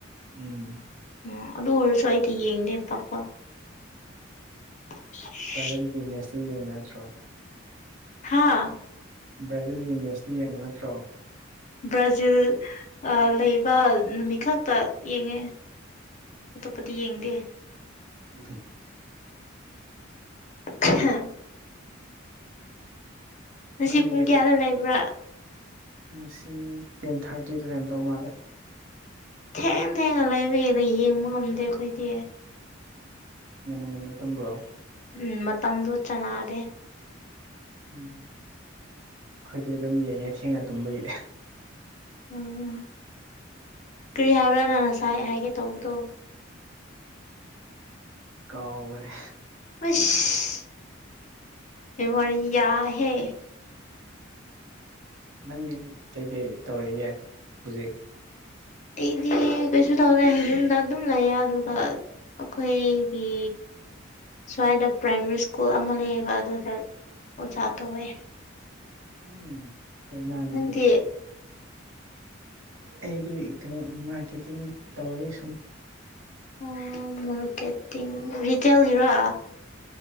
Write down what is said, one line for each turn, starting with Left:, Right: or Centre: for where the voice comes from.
Right: ꯎꯝ
Left: ꯎꯝ ꯑꯗꯨ ꯑꯣꯏꯔꯁꯨ ꯑꯩꯗꯤ ꯌꯦꯡꯗꯦ ꯄꯥꯛ ꯄꯥꯛ ꯁ <unintelligible>
Right: ꯄꯥꯏꯗꯔꯒꯤ ꯃꯦꯠꯁꯇ ꯌꯦꯡꯕ ꯅꯠꯇ꯭ꯔꯣ <unintelligible>
Left: ꯍꯥꯥ
Right: ꯕ꯭ꯔꯥꯖꯤꯜꯒꯤ ꯃꯦꯠꯁꯇꯤ ꯌꯦꯡꯕ ꯅꯠꯇ꯭ꯔꯣ
Left: ꯕ꯭ꯔꯥꯖꯤꯜ ꯂꯩꯕ ꯅꯨꯃꯤꯠ ꯈꯛꯇ ꯌꯦꯡꯉꯦ ꯑꯇꯣꯞꯄꯗꯤ ꯌꯦꯡꯗꯦ
Right: ꯊ <unintelligible>
Left: ꯍꯥꯝ <unintelligible> ꯉꯁꯤ
Right: ꯅꯪꯗꯤ
Left: ꯄꯨꯡ
Right: ꯀꯩ
Left: ꯀꯌꯥꯗ ꯂꯩꯕ꯭ꯔꯥ
Right: ꯉꯁꯤ ꯇꯦꯟ ꯊꯥꯔꯇꯤꯗ ꯂꯩꯔꯝꯗꯧ ꯃꯥꯜꯂꯦ
Left: ꯊꯦꯡ ꯊꯦꯡꯅ ꯂꯥꯏꯕꯦꯅ ꯌꯦꯡꯕ ꯉꯝꯗꯦ ꯑꯩꯈꯣꯏꯗꯤ
Right: ꯉꯟꯅ ꯉꯟꯅ ꯇꯨꯝꯕꯔꯣ
Left: ꯎꯝ ꯃꯇꯝꯗꯣ ꯆꯅꯥꯗꯦ
Right: ꯎꯝ ꯑꯩꯈꯣꯏꯗꯤ ꯑꯗꯨꯝ ꯌꯦꯡꯉꯦ ꯊꯦꯡꯅ ꯇꯨꯝꯕꯒꯤ
Left: ꯎꯝ ꯀꯔꯤ ꯍꯥꯏꯕ꯭ꯔꯥ ꯅꯪ ꯉꯁꯥꯏ ꯍꯥꯏꯒꯦ ꯇꯧꯕꯗꯣ
Right: ꯀꯥꯎꯒꯔꯦ
Left: ꯑꯁ ꯃ ꯃꯔꯤ <unintelligible> ꯌꯥ ꯍꯦ
Right: ꯅꯪꯗꯤ ꯀꯩꯀꯩ ꯇꯧꯔꯤꯒ‌ꯦ ꯍꯧꯖꯤꯛ
Left: ꯑꯩꯗꯤ ꯀꯩꯁꯨ ꯇꯧꯗ‌ꯦ ꯌꯨꯝꯗ ꯑꯗꯨꯝ ꯂꯩꯌꯦ ꯑꯗꯨꯒ ꯑꯈꫭꯏꯒꯤ ꯁ꯭ꯋꯥꯏꯗ ꯄ꯭ꯔꯥꯏꯃꯥꯔꯤ ꯁ꯭ꯀꯨꯜ ꯑꯃ ꯂꯩꯌꯦꯕ ꯑꯗꯨꯗ ꯑꯣꯖꯥ ꯇꯧꯋꯦ
Right: ꯎꯝ ꯐꯩꯅꯥ ꯑꯗꯨꯗꯤ
Left: ꯅꯪꯗꯤ
Right: ꯑꯩꯗꯤ ꯀꯩꯅꯣ ꯃꯥꯔꯀꯦꯇꯤꯡ ꯇꯧꯋꯦ ꯁꯨꯝ
Left: ꯑꯣ ꯃꯔꯀꯦꯇꯤꯠ ꯔꯤꯇꯦꯜꯒꯤꯔꯥ